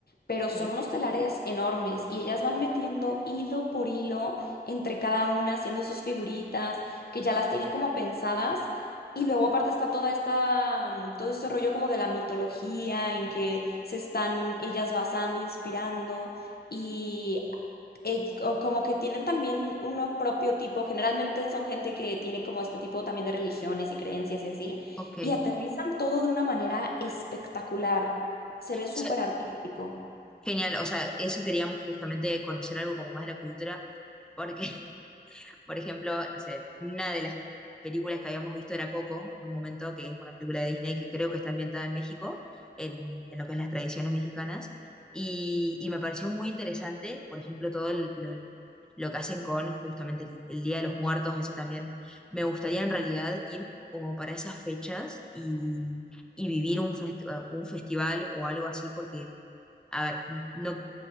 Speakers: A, on the left (about 65°); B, in the centre.
A: pero son
B: ¿sí?
A: unos telares enormes y ellas van metiendo hilo por hilo entre cada una, haciendo sus figuritas, que ya las tienen como pensadas. Y luego aparte está toda esta, mm, todo este rollo como de la mitología en que se están ellas basando, inspirando. Y eh, co- como que tienen también uno propio tipo, generalmente son gente que tiene como este tipo también de religiones y creencias y así,
B: ok. Eso
A: y aterrizan todo de una manera espectacular, se ve súper
B: es
A: artístico.
B: Genial, o sea, eso queríamos justamente conocer algo como más de la cultura, porque Por ejemplo, no sé, una de las películas que habíamos visto era Coco, en un momento que es una película de Disney que creo que está ambientada en México, en, en lo que es las tradiciones mexicanas, y, y me pareció muy interesante, por ejemplo, todo el- lo, lo que hacen con justamente el, el Día de los Muertos, eso también me gustaría en realidad ir como para esas fechas y, y vivir un, fest- un festival o algo así, porque, a ver, no,